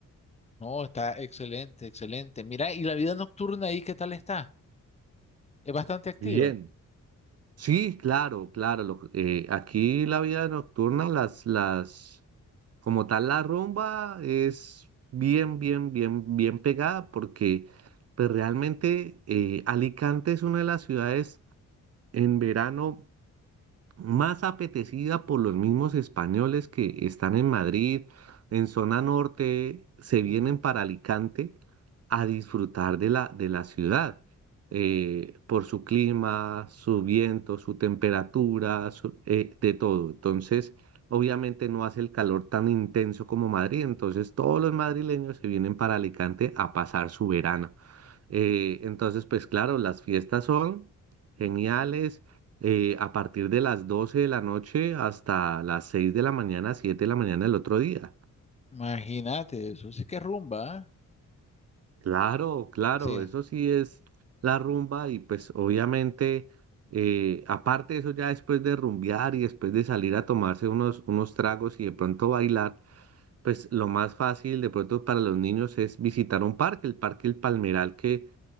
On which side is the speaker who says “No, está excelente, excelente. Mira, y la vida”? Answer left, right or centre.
Left